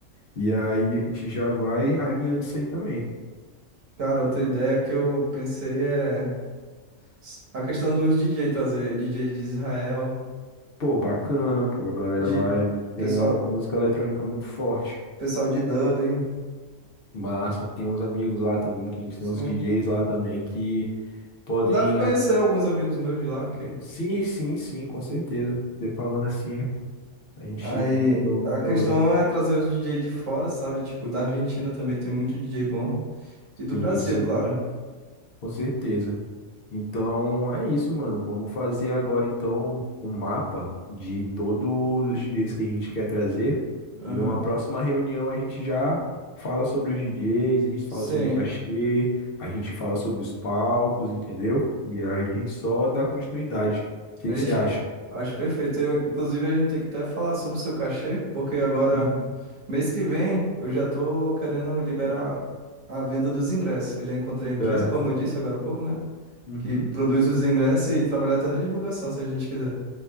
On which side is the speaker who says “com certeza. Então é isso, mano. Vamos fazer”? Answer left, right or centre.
Left